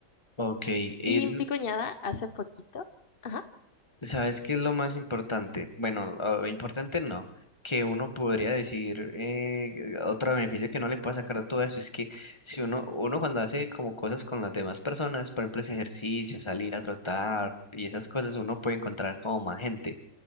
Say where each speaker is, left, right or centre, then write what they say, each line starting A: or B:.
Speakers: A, on the left (about 15°); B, on the left (about 40°).
A: Ok, eh,
B: Y mi cuñada hace poquito, ajá.
A: ¿Sabes qué es lo más importante? Bueno, ah, importante no, que uno podría decir eh, otro beneficio que no le pueda sacar a todo eso es que si uno, uno cuando hace como cosas con las demás personas, por ejemplo, ese ejercicio, salir a trotar y esas cosas, uno puede encontrar como más gente.